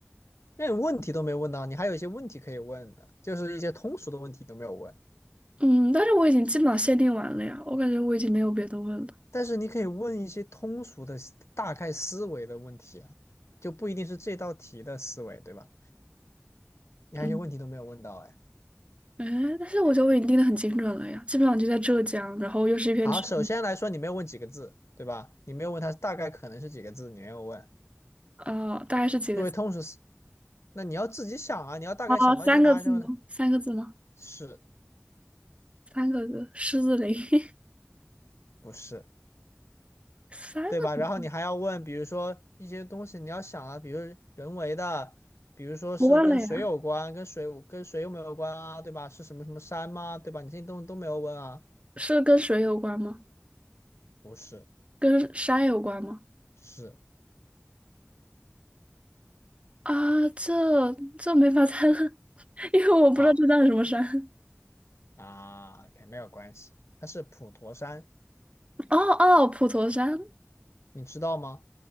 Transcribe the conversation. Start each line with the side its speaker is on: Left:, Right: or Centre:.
Left: 那你问题都没问到，你还有一些问题可以问的，就是一些通俗的问题都没有问，
Right: <laughs> 嗯，但是我已经基本上限定完了呀，我感觉我已经没有别的问了。
Left: 但是你可以问一些通俗的大概思维的问题啊，就不一定是这道题的思维，对吧？你还有些问题都没有问到，
Right: 嗯。
Left: 哎。
Right: 哎，但是我觉得我已经定的很精准了呀，基本上就在浙江，然后又是一片区域，
Left: 好，首先来说，你没有问几个字，对吧？你没有问它大概可能是几个字，你没有问。
Right: 啊，大概是几个字？
Left: 作为通识思那你要自己想啊，你要大概想到一些答案之后呢，
Right: 啊，三个字吗？三个字吗？
Left: 是
Right: 三个字，狮子林，<laughs>
Left: 不是，
Right: 三个字
Left: 对吧？然后你还要问，比如说一些东西你要想啊，比如人为的，比如说是跟水有关，
Right: 我忘了呀，
Left: 跟水跟水有没有关啊，对吧？是什么什么山吗？对吧？你这些东西都没有问啊，
Right: 是跟水有关吗？
Left: 不是，
Right: 跟山有关吗？
Left: 是
Right: 啊，这这没法猜了，<laughs> 因为我不知道浙江有什么山。
Left: 啊啊，OK，没有关系，它是普陀山，
Right: 哦哦，普陀山
Left: 你知道吗？